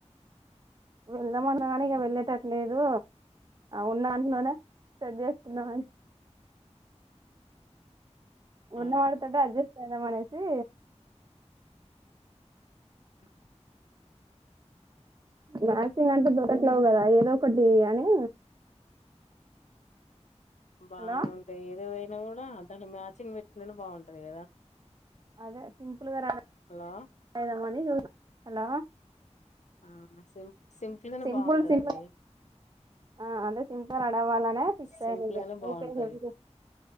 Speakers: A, on the right (about 35°); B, on the left (about 75°).
A: వెళ్దాం అన్నాగాని ఇగ వెళ్ళేటట్ లేదు ఉన్నాంట్లోనే సెట్ చేసుకుందామని ఉన్నవాటితోటే
B: అవును
A: అడ్జస్ దమనేసి
B: హ్మ్.
A: మ్యాచింగ్ అంటే దొకట్లేవు కదా ఏదో ఒకటి అని
B: బానే
A: హలో
B: ఉంటాయి ఏదో కూడా దాన్ని మ్యాచింగ్ పెట్టిననే బాగుంటది కదా
A: అదే సింపుల్గా రా
B: హలో
A: అయిదామని <unintelligible> హలో
B: ఆ సిం సింపుల్గానే
A: సింపుల్
B: బావుంటదండి
A: సింపుల్ ఆ అదే సింపుగా రడవ్వాలనే ఫిక్స్
B: సింపుల్
A: అయ్యానా ఇక
B: గానే బాగుంటది
A: అయితే హెవగా